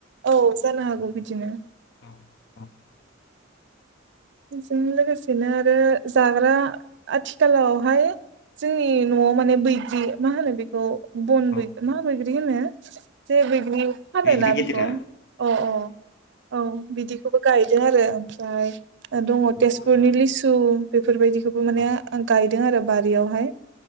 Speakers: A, on the right; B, on the left.
A: औ जानो हागौ बिदिनो
B: <unintelligible>
A: बेजों लोगोसेनो आरो जाग्रा आथिखालावहाय जोंनि न'आव माने बिदि मा होनो बेखौ बन
B: औ
A: बैग्रि मा बैग्रि होनो जे बैग्रि फानोना
B: बैग्रि गिदिरा
A: बेखौ अ अ औ बिदिखौबो गायदों आरो ओमफ्राय दङ
B: बेबोथ'
A: तेजपुरनि
B: मोजाङानो
A: लिसु बेफोरबायदिखौबो माने
B: औ
A: गायदों आरो बारियावहाय